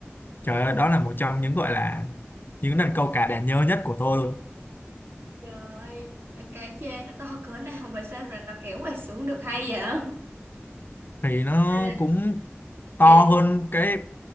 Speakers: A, on the left; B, on the right.
A: trời ơi đó là một trong những gọi là những lần câu cá đáng nhớ nhất của tôi luôn
B: trời ơi cá chê nó to cỡ nào mà sao mà nó kéo bạn xuống được hay vậy <laughs>
A: thì nó
B: đây là,
A: cũng to
B: đây
A: hơn cái